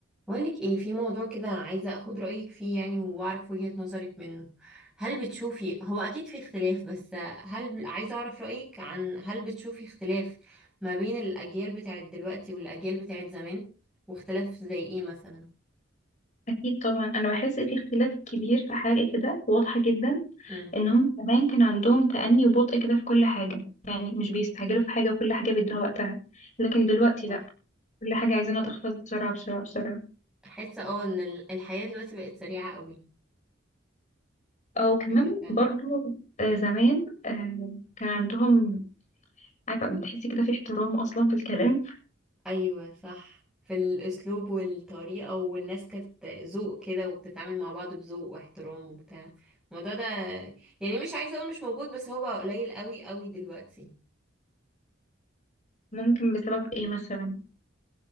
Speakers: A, in the centre; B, on the left.
A: بقولك ايه في موضوع كده عايزة اخد رأيك فيه يعني واعرف وجهة نظرك منه هل بتشوفي هو اكيد في اختلاف بس هل عايزة اعرف رأيك عن هل بتشوفي اختلاف ما بين الاجيال بتاعت دلوقتي والاجيال بتاعت زمان واختلاف زي ايه مثلا
B: أكيد طبعا أنا بحس في اختلاف كبير في حاجة كده واضحة جدا
A: امم
B: إنهم زمان كان عندهم تأني وبطء كده في كل حاجة يعني مش بيستعجلوا في حاجة وكل حاجة بيدوها وقتها لكن دلوقتي
A: صح.
B: لأ كل حاجة عايزينها تخلص بسرعة بسرعة بسرعة
A: احس اه ان ال- الحياة دلوقتي بقت سريعة قوي
B: أو كمان
A: حقيقة
B: برضو آه، زمان آه، كان عندهم عارفة بتحسي كده في احترام أصلا في الكلام
A: ايوه صح في الاسلوب والطريقه والناس كانت ذوق كده وبتتعامل مع بعض بذوق واحترام وبتاع الموضوع ده يعني مش عايزه اقول مش موجود بس هو بقى قليل قوي قوي دلوقتي
B: ممكن بسبب إيه مثلا